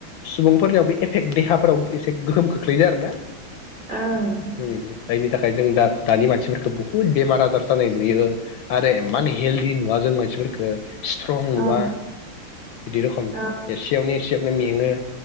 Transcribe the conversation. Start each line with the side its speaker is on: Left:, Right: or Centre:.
Left: सुबुंफोरनियावबो एफेक्ट देहाफोराव एसे गोहोम खोख्लैदों आरो ना।
Right: औ
Left: जायनि थाखाय जों दा दानि मानसिफोरखौ बुहुत बेमार आजार जानाय नुयो आरो इमान हेलदि नुवा जों मानसिफोरफोरखो। स्ट्रं नुवा
Right: औ ओ
Left: बिदि रखम
Right: ओ
Left: एसेयावनो एसेयाव नो मेङो